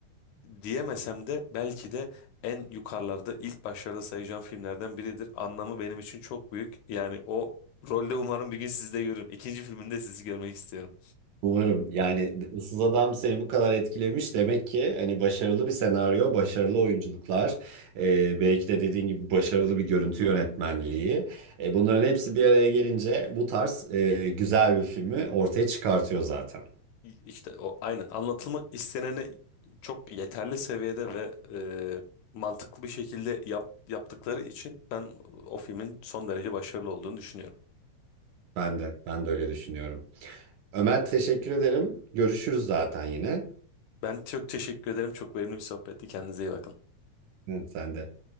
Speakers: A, on the left; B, on the right.
A: diyemesem de belki de en yukarılarda ilk başlarda sayacağım filmlerden biridir. Anlamı benim için çok büyük. Yani o rolde umarım bir gün sizi de görürüm. İkinci filminde sizi görmek istiyorum.
B: Umarım yani Issız Adam seni bu kadar etkilemiş demek ki hani başarılı bir senaryo, başarılı oyunculuklar, e, belki de dediğin gibi başarılı bir görüntü yönetmenliği. E, bunların hepsi bir araya gelince bu tarz e, güzel bir filmi ortaya çıkartıyor zaten.
A: İşte o aynen anlatılmak isteneni çok yeterli seviyede ve e, mantıklı bir şekilde yap, yaptıkları için ben o filmin son derece başarılı olduğunu düşünüyorum.
B: Ben de ben de öyle düşünüyorum. Ömer teşekkür ederim. Görüşürüz zaten yine.
A: Ben çok teşekkür ederim. Çok verimli bir sohbetti. Kendinize iyi bakın.
B: Evet, sen de.